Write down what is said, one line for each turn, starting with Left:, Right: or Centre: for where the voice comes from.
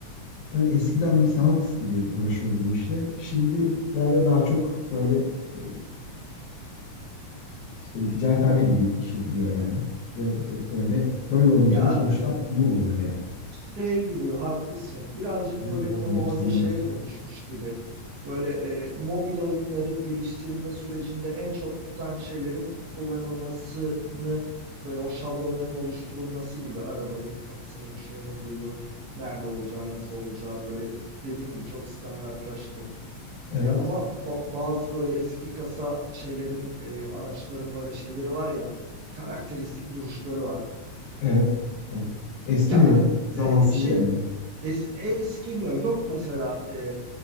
Left: böyle eskiden bir sanat gibi uğraşıyordu bu işle. Şimdilerde daha çok böyle e, işte bir ticarethane gibi işletiliyor yani. Ve bö- böyle böyle olunca
Right: Ya
Left: da sonuçlar bu oluyor yani.
Right: şey gibi haklısın. Birazcık
Left: Ruh
Right: böyle
Left: olmayan
Right: konu orada
Left: çizgiler.
Right: şeye dönüşmüş gibi. Böyle e, mobil oyunların geliştirme sürecinde en çok tutan şeylerin kullanılmasının böyle o şablonların oluşturulması gibi arabanın kapısının, şuyunun, buyunun nerede olacağı, nasıl olacağı böyle dediğin gibi çok standartlaştı.
Left: Evet,
Right: Ya ama ba- bazı böyle eski kasa şeylerin, e, araçların böyle şeyleri var ya, karakteristik duruşları var.
Left: evet, evet. Eskimiyor.
Right: Yani
Left: Zamansız
Right: e, şey
Left: yani.
Right: es- eskimiyor. Yok mesela e,